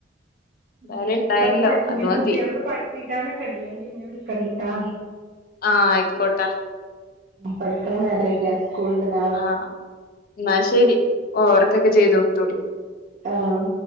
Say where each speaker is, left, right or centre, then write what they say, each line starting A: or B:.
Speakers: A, on the left; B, on the right.
A: എന്തായാലും
B: ന്നാ
A: ഇണ്ടായല്ലോ
B: അയ്ക്കോട്ടെ ഇനി
A: അത് മതി
B: കുട്ടികൾക്ക് പഠിപ്പിക്കാനൊക്കെണ്ട് ഞാപിന്നെ വിളിക്കണ്ട്ട്ടാ
A: ആഹ് ആയ്ക്കോട്ടെ
B: ഉം പഠിക്ക്ണ നേരായീല്ലേ സ്ക്കൂള്ണ്ട്ലാ
A: ആഹ് എന്നാ ശരി ഓവർക്കൊക്കെ ചെയ്ത് കൊടുത്തോടി
B: ആഹ്